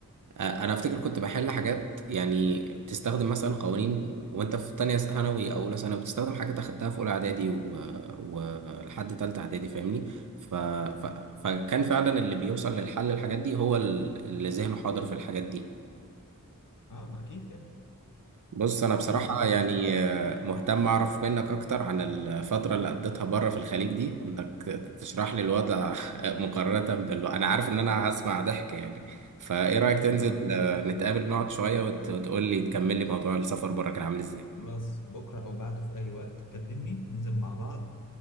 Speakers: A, on the right (about 65°); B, on the left (about 70°).
A: أ- انا افتكر كنت بحل حاجات يعني بتستخدم مثلا قوانين وانت في تانية ثانوي او اولى ثانوي بتستخدم حاجات اخدتها في اولى اعدادي و- ولحد تالتة اعدادي فاهمني ف... ف... فكان فعلا اللي بيوصل للحل الحاجات دي هو ال- اللي ذهنه حاضر في الحاجات دي
B: اه ما اكيد كده
A: بص انا بصراحه
B: هي ما ينفعش
A: يعني آه، مهتم اعرف منك اكتر عن الفتره اللي قضيتها بره في الخليج دي انك تشرح لي الوضع <laughs> مقارنه بال انا عارف ان انا هسمع ضحك يعني فايه رايك تنزل
B: ما-
A: آه، نتقابل نقعد شويه وت... وتقول لي تكمل لي موضوع السفر بره كان عامل ازاي
B: خلاص بكرة او بعده في اي وقت كلمني ننزل مع بعض